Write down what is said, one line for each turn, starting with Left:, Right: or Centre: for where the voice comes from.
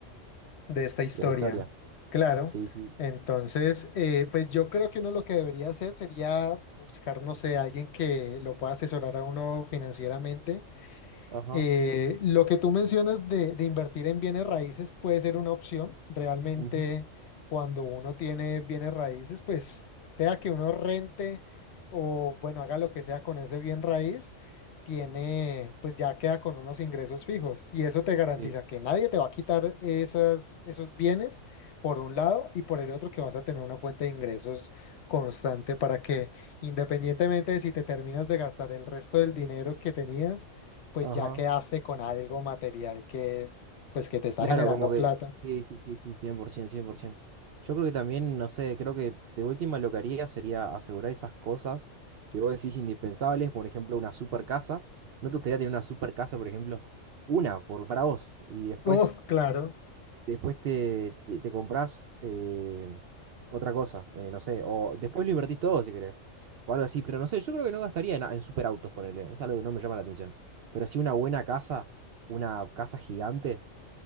Left: de esta historia.
Right: de la historia.
Left: Claro.
Right: Sí, sí.
Left: Entonces, eh, pues yo creo que uno lo que debería hacer sería buscar, no sé, alguien que lo pueda asesorar a uno financieramente
Right: Ajá.
Left: eh, lo que tú mencionas de, de invertir en bienes raíces puede ser una opción. Realmente,
Right: ujú,
Left: cuando uno tiene bienes raíces, pues sea que uno rente o, bueno, haga lo que sea con ese bien raíz, tiene, pues ya queda con unos ingresos fijos. Y eso te garantiza
Right: Sí.
Left: que nadie te va a quitar esas, esos bienes, por un lado, y por el otro, que vas a tener una fuente de ingresos constante para que, independientemente de si te terminas de gastar el resto del dinero que tenías, pues
Right: Ajá.
Left: ya quedaste con algo material que, pues que te está
Right: Claro,
Left: generando
Right: como que.
Left: plata.
Right: Sí, sí, sí, sí, cien cien por ciento, cien por 100%. Yo creo que también, no sé, creo que de última lo que haría sería asegurar esas cosas que vos decís indispensables, por ejemplo, una super casa. ¿No te gustaría tener una super casa, por ejemplo? Una, por, para vos. Y después
Left: Uf, claro.
Right: después te, te, te compras eh, otra cosa, eh, no sé, o después lo invertís todo si querés, o algo así, pero no sé, yo creo que no gastaría en, en superautos, ponerle, es algo que no me llama la atención, pero sí una buena casa, una casa gigante,